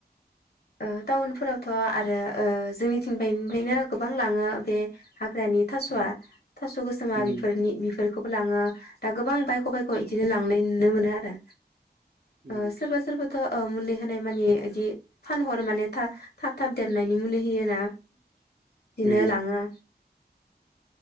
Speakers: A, on the left; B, on the right.
A: ओ टाउन फोरावथ' आरो ओ जोंनिथिं बाय निफ्रायनो गोबां लाङो बे हाग्रानि थास'आ
B: उम
A: थास' गोसोमा
B: उम
A: बेफोरनि बेफोर खौबो लाङो। दा गोबां बायख' बायख' इदिनो लांनाय नु नुनो मोनो आरो।
B: उम
A: ओ सोरबा सोरबा थ'ओ मुलि होनाय मानि इदि फानहर माने था-थाब थाब देरनायनि मुलि होयोना। इदिनो
B: उम
A: लाङो।